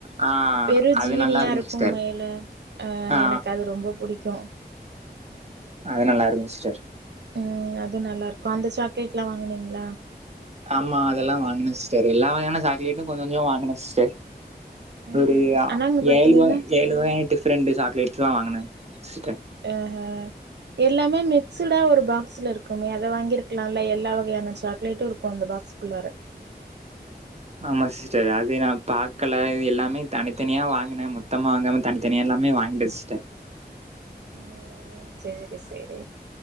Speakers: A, on the right; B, on the right.
A: ஆ
B: வெறு
A: அது
B: ஜீனியா
A: நல்லா இருக்கும்
B: இருக்கு
A: சிஸ்டர்
B: மேல
A: ஆ
B: எனக்கு அது ரொம்ப புடிக்கு
A: அது நல்லா இருக்கு சிஸ்டர்
B: ம் அது நல்லா இருக்கு அந்த சாக்லேட்ல்லா வாங்குனீங்ளா
A: ஆமா அதெல்லா வாங்குன சிஸ்டர் எல்லா வகையான சாக்லேட்டு கொஞ்ச கொஞ்ச வாங்குன சிஸ்டர்
B: ம்ஹும்
A: ஒரு ஆ
B: ஆனா அங்க பாத்தீங்கன்னா
A: ஏழு வக ஏழு
B: ம்
A: வகைய டிஃப்ரெண்ட்டு சாக்லேட்ஸ்ல்லா வாங்குன சிஸ்டர்
B: ஆ ஹா எல்லாமே மிக்ஸுடா ஒரு பாக்ஸ்சுல இருக்குமே அத வாங்கிருக்லால்ல எல்லா வகையான சாக்லேட்டு இருக் கு அந்த பாக்ஸ் குள்ளார
A: ஆமா சிஸ்டர் அது நா பாக்கல எல்லாமே தனித்தனியா வாங்குனே மொத்தமா வாங்காம தனி தனியா எல்லாமே வாங்கிட்ட சிஸ்டர்
B: ம் சேரி சேரி